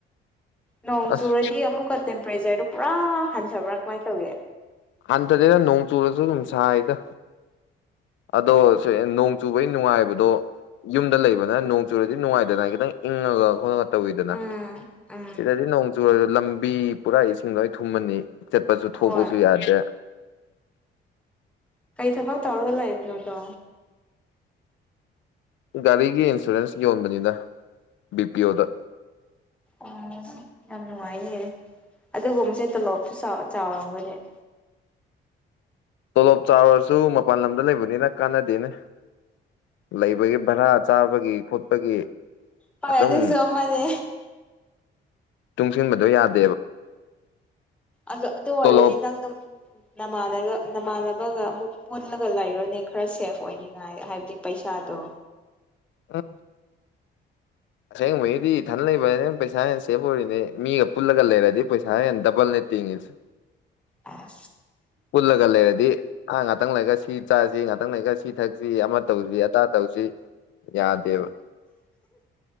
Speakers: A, in the centre; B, on the left.
A: ꯅꯤꯡ
B: ꯑꯁ
A: ꯆꯨꯨꯔꯗꯤ ꯑꯃꯨꯛ ꯇꯦꯝ ꯄꯔꯦꯖꯔ ꯄꯨꯔꯥ ꯍꯟꯊꯕ꯭ꯔꯥ ꯀꯃꯥꯏꯅ ꯇꯧꯒꯦ
B: ꯍꯟꯊꯗꯦꯅ ꯅꯣꯡ ꯆꯨꯔꯁꯨ ꯑꯗꯨꯝ ꯁꯥꯏꯒ ꯑꯗꯣ ꯅꯣꯡ ꯆꯨꯕꯒꯤ ꯅꯨꯡꯉꯥꯏꯕꯗꯣ ꯌꯨꯝꯗ ꯂꯩꯕꯅ ꯣꯡ ꯆꯨꯔꯦꯗꯤ ꯅꯅꯨꯡꯉꯥꯏꯗꯅꯅꯥ ꯏꯒ ꯇꯧꯋꯤꯗꯅ
A: ꯎꯝ ꯎꯝ
B: ꯁꯤꯗꯗꯤ ꯅꯣꯡ ꯆꯨꯨꯔ ꯂꯝꯕꯤ ꯄꯨꯔꯥ ꯏꯁꯤꯡ ꯂꯣꯏ ꯊꯨꯝꯃꯅꯤ ꯆꯠꯄꯁꯨ ꯊꯣꯛꯄꯁꯨ
A: ꯍꯣꯏ
B: ꯌꯥꯗꯦ ꯆ
A: ꯀꯩ ꯊ ꯐꯛ ꯇꯧꯒꯂꯑ ꯅꯣꯗꯣ
B: ꯒꯥꯔꯤꯒꯤ ꯏꯟꯁꯨꯔꯦꯟꯁ ꯌꯣꯟꯕꯅꯤꯅ ꯕꯤ ꯄꯤ ꯑꯣꯗ
A: ꯑꯣ ꯌꯥꯝ ꯅꯨꯡꯉꯥꯏꯌꯦ ꯑꯗꯨꯒꯨꯝꯕꯁꯦ ꯇꯣꯂꯣꯞꯁꯨ ꯆꯥꯎꯔꯝꯒꯅꯦꯦ
B: ꯇꯣꯂꯣꯞ ꯆꯥꯎꯔꯁꯨ ꯃꯄꯥꯟ ꯂꯝꯗ ꯂꯩꯕꯅꯤꯅ ꯀꯥꯟꯅꯗꯦꯅꯦ ꯂꯩꯕꯒꯤ ꯚꯔꯥ ꯆꯥꯕꯒꯤ ꯈꯣꯠꯄꯒꯤ
A: ꯍꯣꯏ
B: ꯑꯗꯨꯝ
A: ꯑꯗꯨꯁꯨ ꯑꯃꯅꯦ
B: ꯇꯨꯡꯁꯤꯟꯕꯗꯣ ꯌꯥꯗꯦ
A: ꯑꯗ ꯑꯗꯨꯣ
B: ꯇꯣꯂꯣꯞ
A: ꯍꯔꯗꯤ ꯅꯪ ꯅ ꯅꯥꯟ ꯅꯃꯥꯟꯅꯕꯒ ꯑꯃꯨꯛ ꯄꯨꯜꯂꯒ ꯂꯩꯔꯣꯏꯅꯦ ꯈꯔ ꯁꯦꯐ ꯑꯣꯏꯅꯤꯉꯥꯏ ꯍꯥꯏꯕꯗꯤ ꯄꯩꯁꯥꯗꯣ
B: ꯑ ꯑꯁꯦꯡꯕꯒꯤꯗꯤ ꯏꯊꯟ ꯂꯩꯕ ꯄꯩꯁꯥ ꯍꯦꯟꯅ ꯁꯦꯞ ꯑꯣꯏꯔꯤꯅꯦ ꯃꯤꯒ ꯄꯨꯜꯂꯒ ꯂꯩꯔꯗꯤ ꯄꯩꯁꯥ ꯍꯦꯟꯅ ꯗꯕꯜꯅꯦ ꯇꯤꯡꯉꯤꯁꯦ
A: ꯑ
B: ꯄꯨꯜꯂꯒ ꯂꯩꯔꯗꯤ ꯑꯥꯡ ꯉꯇꯪ ꯂꯩꯒ ꯁꯤꯤꯠ ꯆꯁꯤ ꯉꯥꯛꯪ ꯉ ꯀꯦ ꯁꯤꯤ ꯊꯛꯁꯤ ꯑꯃ ꯇꯧꯁꯤ ꯑꯗꯥ ꯇꯧꯁꯤ ꯌꯥꯗꯦꯕ